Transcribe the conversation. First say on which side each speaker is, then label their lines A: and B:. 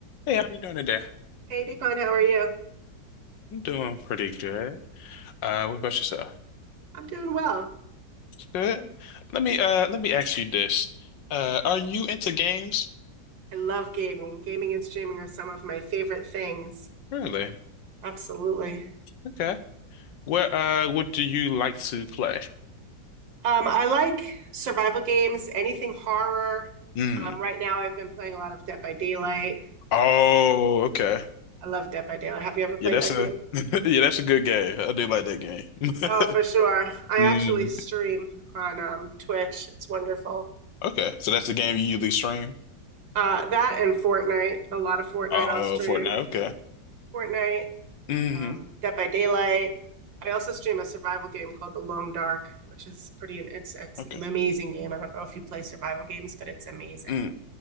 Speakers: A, on the left; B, on the right.
A: Hey, how are you doing today?
B: Hey, Deepan, how are you?
A: I'm doing pretty good. Uh, what about yourself?
B: I'm doing well.
A: Good. Let me uh let me ask you this. Uh, are you into games?
B: I love gaming. Gaming and streaming are some of my favorite things.
A: Really?
B: Absolutely.
A: Okay. What uh what do you like to play?
B: Um, I like survival games, anything horror.
A: Hmm.
B: Um, right now, I've been playing a lot of Dead by Daylight.
A: Oh, okay.
B: I love Dead by Daylight. Have you ever played
A: Yeah, that's
B: that
A: a
B: game?
A: <laughs> yeah, that's a good game. I do like that game. <laughs>
B: Oh, for sure. I
A: Mm.
B: actually stream on um, Twitch. It's wonderful.
A: Okay. So that's the game you usually stream?
B: Uh, that and Fortnite. A lot of Fortnite
A: Oh,
B: I'll stream.
A: Fortnite. Okay.
B: Fortnite.
A: hmm
B: um, Dead by Daylight. I also stream a survival game called The Long Dark, which is pretty. It's it's
A: Okay.
B: an amazing game. I don't know if you play survival games, but it's amazing.
A: Mm.